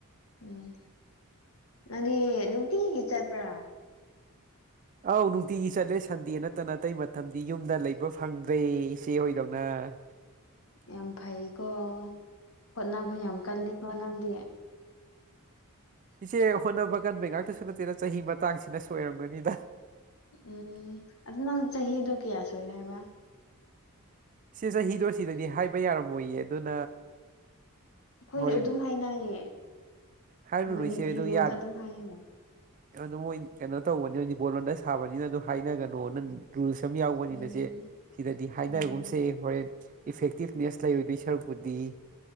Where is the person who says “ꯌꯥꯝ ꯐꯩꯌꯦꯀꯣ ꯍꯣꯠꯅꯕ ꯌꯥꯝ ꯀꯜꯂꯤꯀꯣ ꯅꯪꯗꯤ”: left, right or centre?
Left